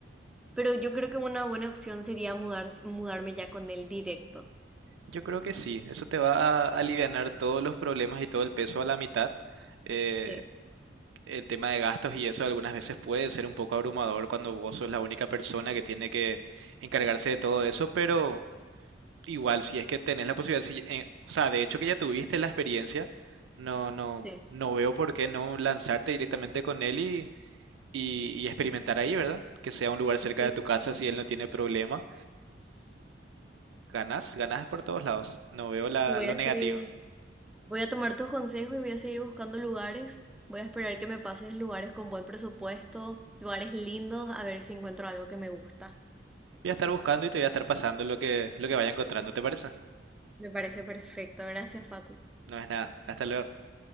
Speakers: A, in the centre; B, on the right.
A: pero yo creo que una buena opción sería mudar, mudarme ya con él directo.
B: Yo creo que sí, eso te va a alivianar todos los problemas y todo el peso a la mitad. Eh,
A: Sí,
B: el tema de gastos y eso algunas veces puede ser un poco abrumador cuando vos sos la única persona que tiene que encargarse de todo eso, pero igual si es que tenés la posibilidad, si, eh, o sea, de hecho que ya tuviste la experiencia, no, no,
A: sí.
B: no veo por qué no lanzarte directamente con él y, y y experimentar ahí, ¿verdad? Que sea un lugar cerca
A: Sí,
B: de tu casa si él no tiene problema. Ganas, ganas por todos lados. No veo la,
A: voy
B: lo
A: a hacer.
B: negativo.
A: Voy a tomar tus consejos y voy a seguir buscando lugares. Voy a esperar que me pases lugares con buen presupuesto, lugares lindos, a ver si encuentro algo que me gusta.
B: Voy a estar buscando y te voy a estar pasando lo que, lo que vaya encontrando, ¿te parece?
A: Me parece perfecto. Gracias, Facu.
B: No es nada. Hasta luego.